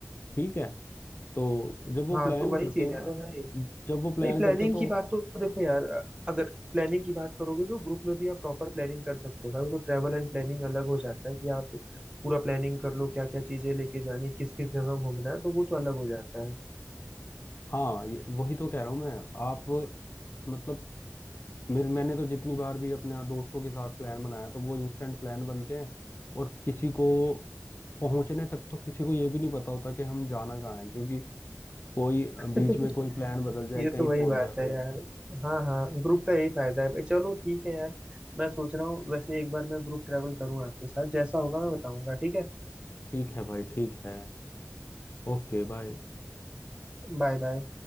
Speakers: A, on the left; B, on the right.
A: ठीक है तो जब वो
B: हाँ
A: प्लान
B: तो वही
A: करते
B: चीज
A: हो ना
B: है ना भाई
A: जब वो प्लान
B: नहीं प्लानिंग
A: करते हो तो
B: की बात तो देखो यार अगर प्लानिंग की बात करोगे तो ग्रुप में भी आप प्रॉपर प्लानिंग कर सकते हो भाई वो तो ट्रैवल एंड प्लानिंग अलग हो जाता है कि आप पूरा प्लानिंग कर लो क्या क्या चीजें लेके जानी किस किस जगह घूमना है तो वो तो अलग हो जाता है
A: हाँ ये, वही तो कह रहा हूँ मैं आप मतलब मेरे मैंने तो जितनी बार भी अपने दोस्तों के साथ प्लान बनाया तो वो इंस्टेंट प्लान बनते हैं और किसी को पहुंचने तक तो किसी को ये भी नहीं पता होता कि हम जाना कहाँ है क्योंकि कोई
B: <laughs>
A: बीच में कोई प्लान बदल जाए
B: ये
A: कहीं
B: तो वही
A: पहुंच
B: बात
A: जाए भाई
B: है यार हाँ हाँ ग्रुप का यही फायदा है चलो ठीक है यार मैं सोच रहा हूँ वैसे एक बार मैं ग्रुप ट्रैवल करूँ आपके साथ जैसा होगा मैं बताऊंगा ठीक है
A: ठीक है भाई ठीक है Okay bye
B: Bye bye